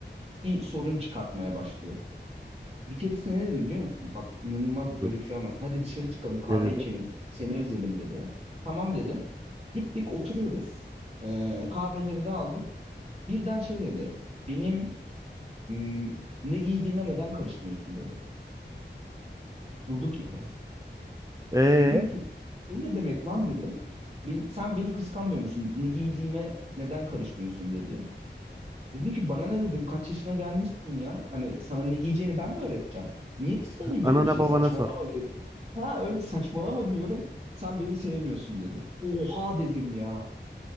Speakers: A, on the right; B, on the right.
A: bir sorun çıkartmaya başlıyor. Bir keresinde ne dedi biliyor musun? Bak inanılmaz
B: Hı.
A: böyle bir şey olmaz. Hadi dışarı çıkalım kahve
B: Ne dedi?
A: içelim. Seni özledim dedi. Tamam dedim. Gittik oturuyoruz. Ee, kahveleri de aldık. Birden şey dedi. Benim hmm, ne giydiğime neden karışmıyorsun dedi. Durduk yere.
B: Ee,
A: Dedim ki o ne demek lan dedi. "Ben- sen beni kıskanmıyor musun? Ne giydiğime neden karışmıyorsun dedi. Dedim ki bana ne dedim kaç yaşına gelmişsin ya? Hani sana ne giyeceğini ben mi öğreteceğim? Niye kıskanayım böyle
B: Anana
A: bir şey?
B: babana
A: Saçmalama
B: sor.
A: diyorum. Ha öyle saçmalama diyorum. Sen beni sevmiyorsun dedi. Oha dedim ya.